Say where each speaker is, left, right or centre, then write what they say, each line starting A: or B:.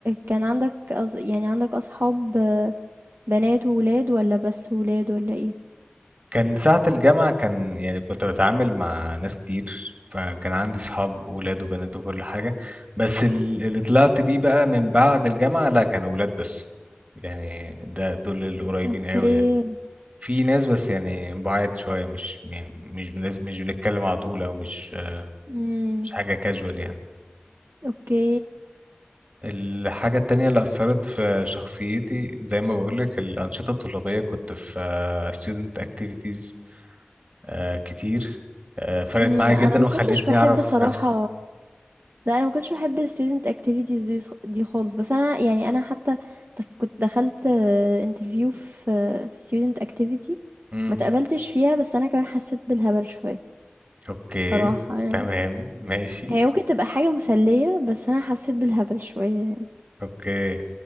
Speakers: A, on the right; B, on the right.
A: كان عندك أص... يعني عندك اصحاب آه، بنات وولاد ولا بس ولاد ولا ايه
B: كان ساعة الجامعة كان يعني كنت بتعامل مع ناس كتير فكان عندي صحاب ولاد وبنات وكل حاجة بس ال- اللي طلعت بيه بقى من بعد الجامعة لا كانوا ولاد بس يعني ده دول القريبين
A: اوكي
B: قوي يعني في ناس بس يعني بعاد شوية مش يعني مش بنس مش بنتكلم على طول أو مش
A: امم
B: مش حاجة كاجوال يعني
A: اوكي
B: الحاجة التانية اللي أثرت في شخصيتي زي ما بقولك الأنشطة الطلابية كنت في آه، student activities آه كتير آه فرقت
A: امم
B: معايا
A: انا
B: جدا
A: ما
B: وخلتني
A: كنتش بحب
B: اعرف
A: صراحة
B: نفسي
A: لا انا ما كنتش بحب ال student activities دي ص- دي خالص بس انا يعني انا حتى د- كنت دخلت آه، interview في آه، في student activity
B: امم
A: ما تقبلتش فيها بس انا كمان حسيت بالهبل شوية
B: اوكي
A: صراحة يعني
B: تمام ماشي
A: هي ممكن تبقى حاجة مسلية بس انا حسيت بالهبل شوية
B: اوكي